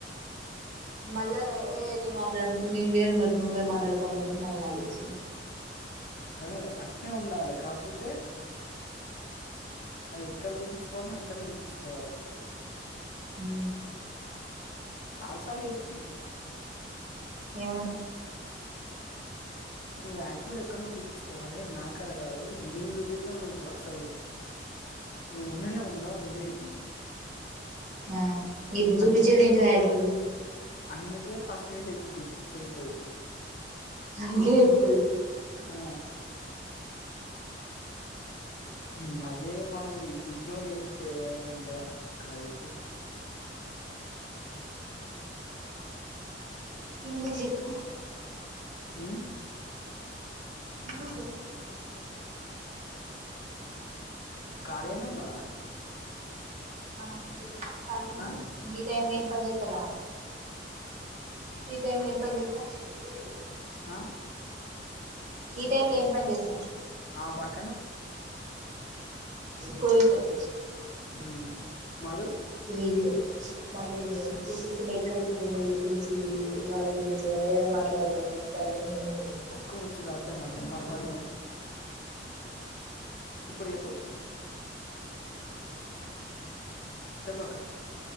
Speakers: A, on the right; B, on the left.
A: మళ్ళ ఎ నేను మాట్లాడను <unintelligible> నువ్వే మాట్లాడుకో అనిచెప్పి మళ్ళ నాకిచ్చింది
B: అదే అట్నే ఉండాలి కాపోతే అదెక్కడ చూపించుకోవాల్నో అక్కడ్నే చూపించుకోవాలే
A: హు
B: చాలాసార్ల చెప్పిన్ నేనూ
A: ఏమని
B: నువ్ ఆటిట్యూడ్ ఎక్కడనో చూపించుకోవాలే నాకాడ కాదు నేను చూపిత్తే నువ్ అసలు నువ్వు ఉండనే ఉండవని కూడా చెప్పున్న
A: హా ఇప్పుడు చూపిచేదేంటిది
B: అందుకే
A: ఆటిటుడు
B: అందుకే ఫస్ట్ మేసేజ్ చేత్త్ చేత్తది
A: అంతే ఎక్కువ్
B: ఆ హ్మ్ అదే మనం ఇఇగ్నోర్ చేత్తే ఉంటదా అక్క చెప్పు
A: ఎందుకు చెప్పు
B: హు
A: ఎందుకో చెప్పు
B: కాలీగానే ఉన్నవా
A: ఆ చెప్ కాలిగానే
B: ఆ
A: ఉన్న గీ టైమ్ లో ఏం పని చేత్తారా ఈ టైమ్ ల ఏం పనిచేత్త
B: ఆ
A: ఈ టైమ్ లో ఏం పని చేస్తా
B: ఆమ్ పక్
A: పోయుండారు
B: ఉమ్ మధు
A: ఈళ్ళే మొదలైంది కానీ పుసుక్కుని ఎక్కడ చేరి నీ గురించి వాళ్ళ వీళ్ళ చెవుల మాట్లాడుతదని చెప్పి భయమైంది నువ్వు
B: ఒక్క ముచ్చట అర్ధం కాలే అక్క వన్ మినిట్ ఇప్పుడు చెప్పు చెప్పక్క